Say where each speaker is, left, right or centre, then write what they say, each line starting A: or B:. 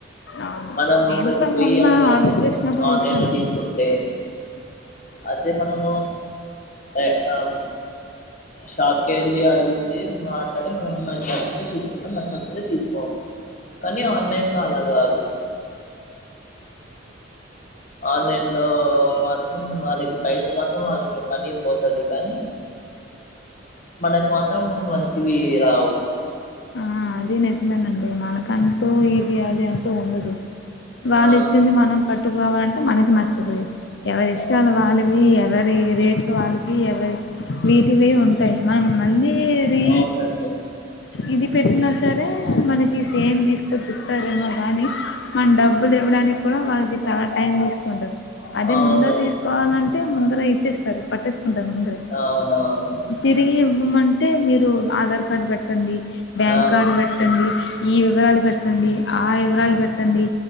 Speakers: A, on the left; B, on the left.
A: అవును
B: మనం ఒకరికి
A: నిను కూడా
B: పోయి
A: మొన్న
B: అడగాలిమో
A: ఆర్డర్ చేసినప్పుడు
B: ఆన్లైన్
A: చూసానండి
B: లో తీసుకుంటే అదే మనం ఏ అమ్ షాప్కి వెళ్ళి అడుగుతే మాట్లాడి మనం మనకి నచ్చితే తీసుకుంటాం నచ్చకపొతే కానీ ఆన్లైన్ లో అలా కాదు ఆన్లైన్ లో మాత్రం వాళ్ళకి పైసలు మాత్రం వాళ్ళకి మనీ పోతాది కానీ మనకు మాత్రం మంచివి రావు
A: ఆ అది నిజమేనండి మనకంటూ ఈ అది అంటూ ఉండదు వాళ్ళు
B: ఆ
A: ఇచ్చింది మనం పట్టుకోవాలంటే మనకి నచ్చ దు ఎవరి ఇష్టాలు
B: ఆ
A: వాళ్ళవి ఎవరి రేట్లు వాళ్ళకి ఎవరి వేటివే ఉంటాయి మనం మళ్ళీ రీ
B: అవునండి
A: ఇది పెట్టినా సరే మనకి సేమ్ తీసుకొచ్చి ఇస్తారేమో కానీ మన డబ్బులు ఇవ్వడానికి కూడ్ వాళ్ళకి చాలా టైం తీసుకుంటుంది అదే
B: అవును
A: ముంద తీసుకోవాలంటే ముందర ఇచ్చేస్తారు పట్టే ఉంటా ముందర్
B: అవునవును
A: తిరిగి ఉమ్ అంటే మీరు ఆధార్ కార్డు పెట్టండి బ్యాంక్
B: ఆ
A: కార్డు పెట్టండి ఈ వివరాలు పెట్టండి ఆ వివరాలు పెట్టండి